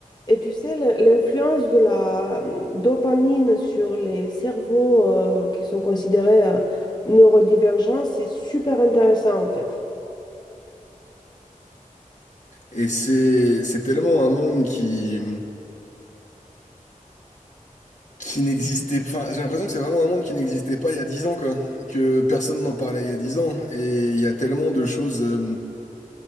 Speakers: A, on the left (about 30°); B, on the left (about 60°).
A: Et tu sais, le- l'influence de la euh, dopamine sur les cerveaux euh, qui sont considérés euh, neurodivergents, c'est super intéressant en fait.
B: Et c'est c'est tellement un monde qui qui n'existait pas. J'ai l'impression que c'est vraiment un monde qui n'existait pas il y a dix ans, quoi. Que personne n'en parlait il y a dix ans. Et il y a tellement de choses euh,